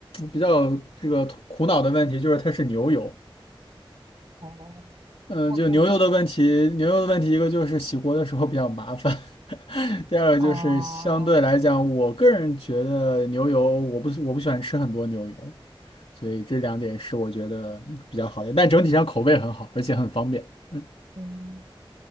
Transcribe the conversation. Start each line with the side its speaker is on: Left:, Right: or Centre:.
Left: 比较这个苦恼的问题就是它是牛油。
Right: 哦，
Left: 嗯，
Right: 会固定
Left: 就牛油的问题，牛油的问题一个就是洗锅的时候比较麻烦，<laughs> 第二个就是相对来讲，
Right: 啊，
Left: 我个人觉得牛油我不我不喜欢吃很多牛油，所以这两点是我觉得比较好的，但整体上口味很好，而且很方便。嗯，
Right: 嗯，